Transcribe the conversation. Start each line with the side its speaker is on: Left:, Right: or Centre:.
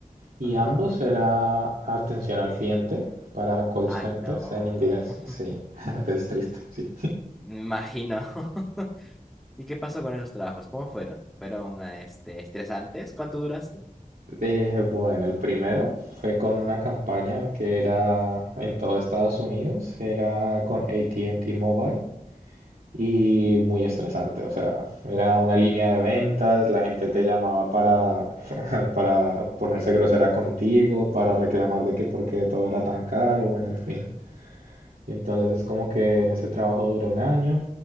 Right: y
Centre: Ajá.
Right: ambos era atención al cliente para call
Centre: Ay,
Right: centers
Centre: no.
Right: en inglés.
Centre: <laughs>
Right: Sí, <laughs> es triste, sí.
Centre: Me imagino. <laughs> ¿Y qué pasó con esos trabajos? ¿Cómo fueron? ¿Fueron ah, este, estresantes? ¿Cuánto duraste?
Right: Eh, bueno, el primero fue con una campaña que era en todo Estados Unidos, era con AT&T Mobile y muy estresante. O sea, era una línea de ventas, la gente te llamaba para, <laughs> para ponerse grosera contigo, para reclamar de que porque todo era tan caro, bueno, en fin. Y entonces como que en ese trabajo duré un año,